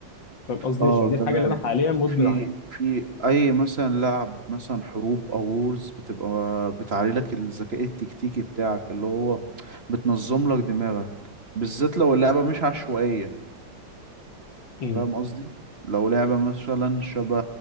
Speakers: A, on the left (about 75°); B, on the right (about 35°).
A: فاهم قصدي
B: اه
A: عشان دي الحاجة
B: تمام
A: اللي انا حاليا مدمن
B: في
A: عليها
B: في اي مثلا لعب مثلا حروب او وورز بتبقى بتعلي لك الذكاء التكتيكي بتاعك اللي هو بتنظم لك دماغك بالذات لو اللعبة مش عشوائية
A: امم
B: فاهم قصدي لو لعبة مثلا شبه